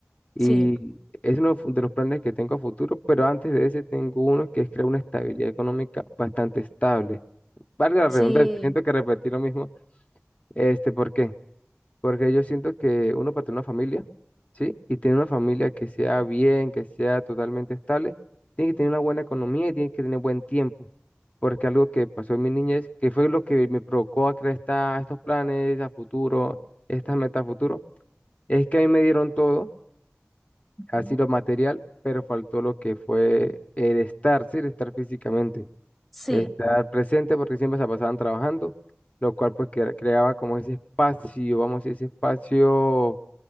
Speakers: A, on the left (about 35°); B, in the centre.
A: Y
B: sí,
A: es uno fu- de los planes que tengo a futuro, pero antes de ese tengo uno que es crear una estabilidad económica bastante estable. Valga la
B: sí,
A: redundancia, siento que repetí lo mismo, este, ¿por qué? Porque yo siento que uno para tener una familia, ¿sí? Y tener una familia que sea bien, que sea totalmente estable, tiene que tener una buena economía y tiene que tener buen tiempo. Porque algo que pasó en mi niñez, que fue lo que me provocó a crear esta- estos planes a futuro, estas metas a futuro, es que a mí me dieron todo,
B: ujú,
A: así lo material, pero faltó lo que fue el estar, ¿sí? El estar físicamente,
B: sí,
A: estar presente, porque siempre se pasaban trabajando, lo cual pues cre- creaba como ese espacio, vamos a decir, ese espacio